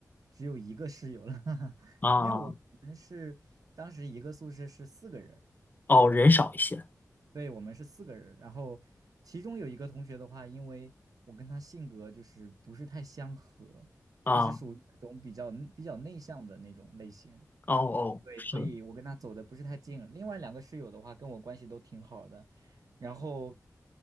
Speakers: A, on the right; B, on the left.
A: 只有一个室友了，<laughs> 哈哈，
B: <laughs> 啊。
A: 因为我我们是当时一个宿舍是四个人，
B: 哦，人少一些
A: 对，我们是四个人，然后其中有一个同学的话，因为我跟他性格就是不是太相合，
B: 啊。
A: 他是属于那种比较比较内向的那种类型，
B: 哦哦，
A: 对，
B: 是
A: 所以我跟他走的不是太近。另外两个室友的话，跟我关系都挺好的。然后，